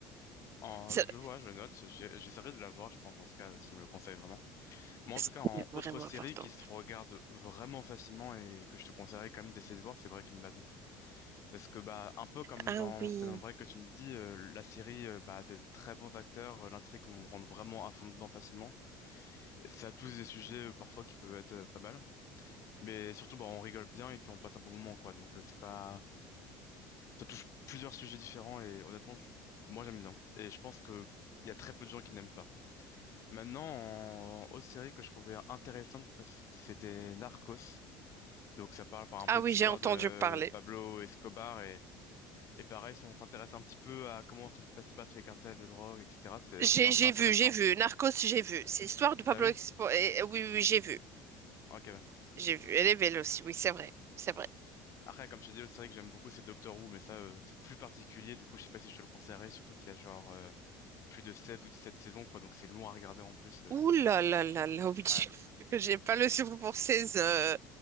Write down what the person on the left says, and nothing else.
En-
je vois, je note. J'ai- J'essaierai de la voir, je pense, dans ce cas, euh, si tu me le conseilles vraiment. Moi,
en tout cas, en
autre série
qui se regarde vraiment facilement et que je te conseillerais quand même d'essayer de voir, c'est Breaking Bad. Parce que, bah, un peu comme
dans
Prison Break que tu me dis, euh, la série, euh, bah, de très bons acteurs, euh, l'intrigue, on rentre vraiment à fond dedans facilement. Ça a tous des sujets, euh, parfois, qui peuvent être euh, pas mal. Mais surtout, bah, on rigole bien et puis on passe un bon moment, quoi. Donc, euh, c'est pas... Ça touche plusieurs sujets différents et honnêtement, je- moi, j'aime bien. Et je pense que il y a très peu de gens qui n'aiment pas. Maintenant, en autre série que je trouvais intéressante, parce que c'était Narcos. Donc ça parle par un peu
d'histoire
de
Pablo Escobar et, et pareil, si on s'intéresse un petit peu à comment ça se passe, se passe les cartels de drogue, etc. C'est
c'est assez
intéressant.
T'as vu?
Ok. bah.
Après, comme je t'ai dit, l'autre série que j'aime beaucoup, c'est Doctor Who, mais ça, euh, c'est plus particulier. Du coup, je sais pas si je te le conseillerais, surtout qu'il y a genre euh, plus de 16 ou 17 saisons, quoi. Donc c'est long à regarder en plus. euh.
Ouais.